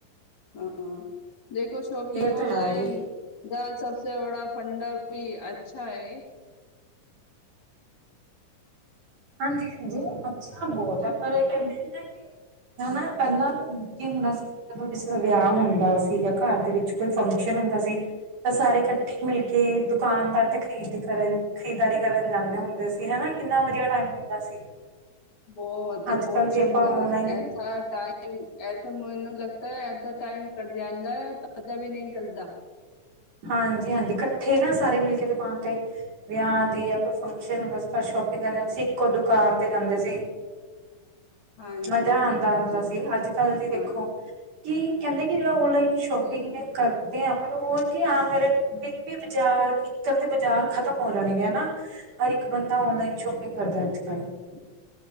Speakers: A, on the left; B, on the right.
A: ਹਾਂ, ਦੇਖੋ ਸ਼ੋਪਿੰਗ
B: ਇਹ
A: ਔਨਲਾਈਨ
B: ਤਾਂ ਹੈ ਜੀ
A: ਦਾ ਸਭ ਸੇ ਬੜਾ ਫੰਡਾ ਵੀ ਅੱਛਾ ਹੈ
B: ਹਾਂਜੀ- ਹਾਂਜੀ ਅੱਛਾ ਬਹੁਤ ਹੈ ਪਰ ਕਹਿੰਦੇ ਨਾ ਕਿ ਹਨਾ ਪਹਿਲਾਂ ਕੀ ਹੁੰਦਾ ਸੀ ਜਦੋਂ ਕਿਸੇ ਦਾ ਵਿਆਹ ਹੁੰਦਾ ਸੀ ਜਾਂ ਘਰ ਦੇ ਵਿੱਚ ਕੋਈ ਫੰਕਸ਼ਨ ਹੁੰਦਾ ਸੀ ਤਾਂ
A: ਹਾਂਜੀ
B: ਸਾਰੇ ਇਕੱਠੇ ਮਿਲ ਕੇ ਕੇ ਦੁਕਾਨਦਾਰ ਤੇ ਖਰੀਦੀ ਕਰਨ ਖਰੀਦਾਰੀ ਕਰਨ ਜਾਂਦੇ ਹੁੰਦੇ ਸੀ ਹਨਾ ਕਿੰਨਾ ਵਧੀਆ ਟਾਈਮ ਹੁੰਦਾ ਸੀ
A: ਬਹੁਤ, ਬਹੁਤ
B: ਅੱਜ-ਕੱਲ
A: ਚੰਗਾ
B: ਜੇ ਆਪਾਂ ਔਨਲਾਈਨ
A: ਇੱਥਾ ਟਾਈਮ ਇਥੇ ਮੈਨੂੰ ਲੱਗਦਾ ਇਥੇ ਟਾਈਮ ਕੱਟ ਜਾਂਦਾ ਹੈ ਪਤਾ ਵੀ ਨਹੀਂ ਚੱਲਦਾ
B: ਹਾਂਜੀ -ਹਾਂਜੀ ਇਕੱਠੇ ਨਾ ਸਾਰੇ ਮਿਲ ਕੇ ਦੁਕਾਨ ਤੇ ਵਿਆਹ ਦੀ ਜਾਂ ਕੋਈ ਫੰਕਸ਼ਨ ਹੁੰਦਾ ਸੀ ਤਾਂ ਸ਼ੋਪਿੰਗ ਕਰਨ ਇੱਕੋ ਦੁਕਾਨ ਤੇ ਜਾਂਦੇ ਸੀ
A: ਹਾਂਜੀ
B: ਮਜ਼ਾ
A: ਦੇਖੋ
B: ਆਉਂਦਾ- ਆਉਂਦਾ
A: ਜੀ
B: ਸੀ ਅੱਜ ਕੱਲ੍ਹ ਜੀ
A: ਹਾਂ
B: ਦੇਖੋ ਕਿ ਕਹਿੰਦੇ ਕਿ ਜਿਹੜਾ ਔਨਲਾਈਨ ਸ਼ੋਪਿੰਗ
A: ਤੇ
B: ਹੈ ਕਰਦੇ ਹਾਂ ਪਰ ਉਹ ਕਿ ਆਉਣ ਵਾਲੇ ਬੀ ਬਾਜ਼ਾਰ, ਇੱਕਤਰ ਦੇ ਬਾਜ਼ਾਰ ਖ਼ਤਮ ਹੋ ਜਾਣਗੇ ਹਨਾ ਹਰ ਇੱਕ ਬੰਦਾ ਔਨਲਾਈਨ ਸ਼ੋਪਿੰਗ ਕਰਦਾ ਅੱਜ- ਕੱਲ੍ਹ